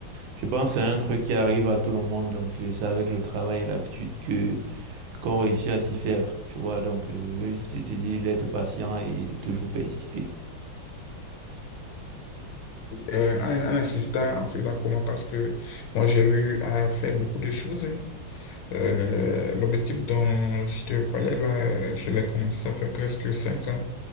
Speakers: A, on the right; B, on the left.
A: je pense que c'est un truc qui arrive à tout le monde. Donc, euh, c'est avec le travail et l'habitude que qu'on réussit à s'y faire, tu vois. Donc, euh, je vais juste te dire d'être patient et de toujours persister.
B: Euh, en, en insistant, en faisant comment, parce que moi, j'ai eu à faire beaucoup de choses. hein. Euh, l'objectif dont je te parlais, là, euh, je l'ai commencé, ça fait presque cinq ans.